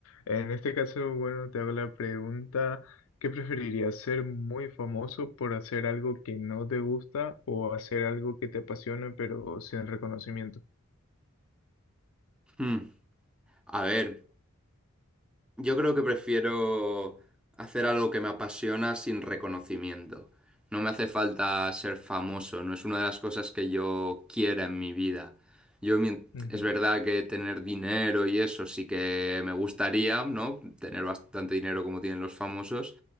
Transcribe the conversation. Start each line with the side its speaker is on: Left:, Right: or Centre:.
Left: En este caso, bueno, te hago la pregunta, ¿qué preferirías, ser muy famoso por hacer algo que no te gusta o hacer algo que te apasione pero sin reconocimiento?
Centre: Hmm. A ver. Yo creo que prefiero hacer algo que me apasiona sin reconocimiento. No me hace falta ser famoso, no es una de las cosas que yo quiera en mi vida. Yo, mien-
Left: Ujú.
Centre: es verdad que tener dinero y eso sí que me gustaría, ¿no? Tener bastante dinero como tienen los famosos,